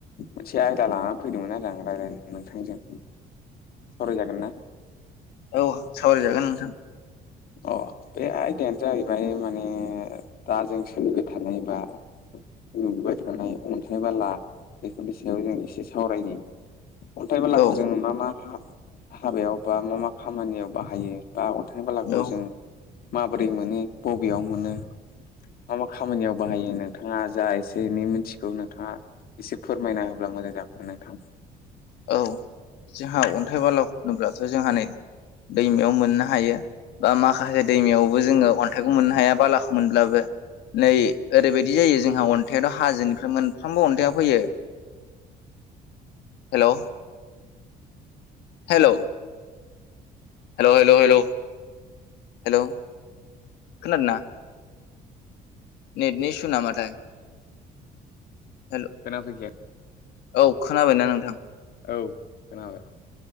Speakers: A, on the left; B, on the left.
A: मोनसे आयदा लानानै फैदोंमोन आरो आं रायज्लाय नोंथांजों सावरायजागोन ना
B: औ सावरायजागोन नोंथां
A: अ बे आयदायानो जाहैबाय माने दा जों सोलिबाय थानायबा नुबाय थानाय अन्थाइ बाला बेफोरनि सायाव जों एसे सावरायानि। अन्थाइ बेलाखौ
B: औ
A: जोङो ना मा हा हाबायाव बा मा मा खामानियाव बाहायो बा अनथनाय बालाखौ
B: औ
A: जों माबोरै मोनो बबेयाव मोनो मा मा खामानियाव बाहायो नोंथाङा जा एसे एनै मिथिगौ नोंथाङा एसे फोरमायना होब्ला मोजां जागौमोन नोंथां
B: औ जोंहा अन्थाइ बाला होन्लाथ' जोंहा नै दैमायाव मोननो हायो। बा माखासे दैमायावबो जोङो अन्थाइखौ मोननो हाया बालाखौ मोनब्लाबो नै ओरैबायदि जायो जोंहा अन्थाइाथ' हाजोनिफ्राय मोनफ्रोमबो अन्थाइया फैयो हेल' हेल' हेल' हेल' हेल' हेल' खोनादोंना नेटनि स नामाथाय हेल'
A: खोनाफैदिया।
B: औ खोनाबायना नोंथां
A: औ खोनाबाय।